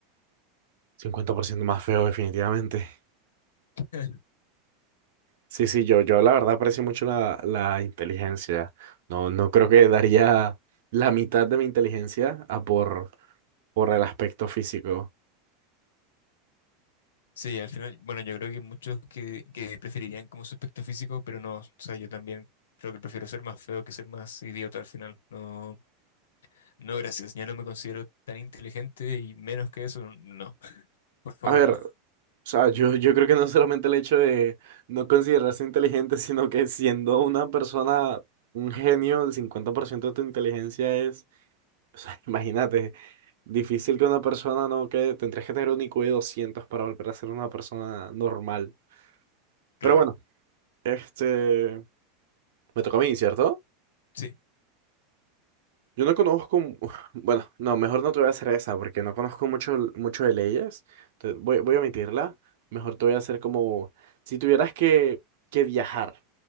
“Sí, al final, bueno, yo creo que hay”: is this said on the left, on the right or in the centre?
Left